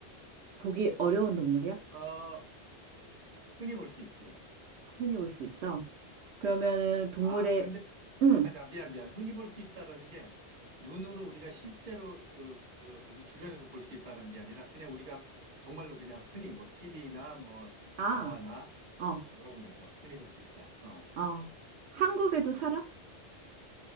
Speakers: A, on the right; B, on the right.
A: 보기 어려운 동물이야?
B: 어, 흔히 볼 수 있지.
A: 흔히 볼 수 있어. 그러면은 동물의
B: 아, 근데,
A: 음,
B: 맞아. 미안, 미안. 흔히 볼 수 있다라는 게, 눈으로 우리가 실제로 그, 그 우리 주변에서 볼 수 있다는 게 아니라, 그냥 우리가 정말로 그냥 흔히 뭐, TV나 뭐,
A: 아,
B: 영화나
A: 어,
B: 뭐, 여러 군데서 흔히 볼 수 있다. 어,
A: 어. 한국에도 살아?